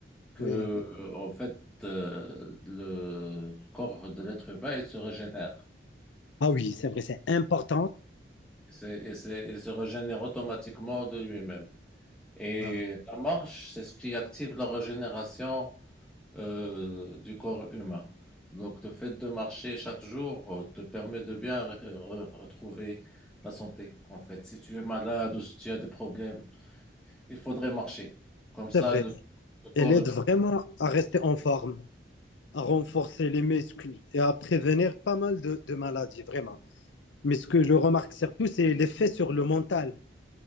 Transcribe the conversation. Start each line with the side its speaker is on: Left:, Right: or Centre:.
Centre: que,
Left: Oui.
Centre: en fait, euh, le corps de l'être humain, il se régénère.
Left: Ah oui, c'est vrai, c'est important.
Centre: Il se, il se- il se régénère automatiquement de lui-même. Et
Left: Ah,
Centre: la marche, c'est ce qui active la régénération euh, du corps humain. Donc le fait de marcher chaque jour euh, te permet de bien re- re- retrouver la santé. En fait, si tu es malade ou si tu as des problèmes, il faudrait marcher. Comme ça,
Left: C'est vrai.
Centre: le, le corps,
Left: Elle aide
Centre: il...
Left: vraiment à rester en forme, à renforcer les muscles et à prévenir pas mal de de maladies, vraiment. Mais ce que je remarque surtout, c'est l'effet sur le mental.